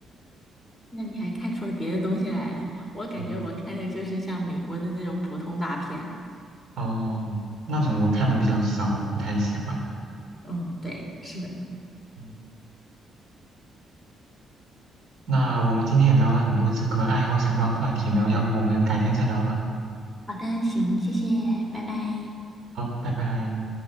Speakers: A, in the centre; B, on the right (about 65°).
A: 那你还看出了别的东西来了？我感觉我看的就是像美国的那种普通大片。
B: 嗯，哦，那种我看的比较少，我不太喜欢。
A: 嗯，对，是的。
B: 嗯，那我们今天也聊了很多这个爱好相关话题呢，要不我们改天再聊吧。
A: 好的，行，谢谢，拜拜。
B: 好，拜拜。